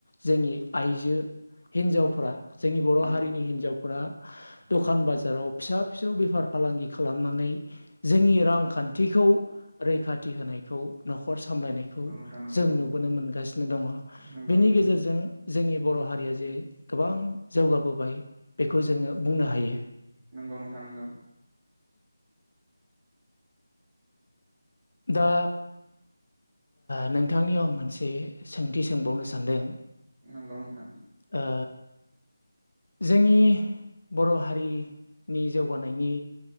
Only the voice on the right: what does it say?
नंगौ
<unintelligible>
नंगौ नोंथां नंगौ
नंगौ
नोंथां
नंगौ नोंथाङ नांगौ।
नांगौ नोथां।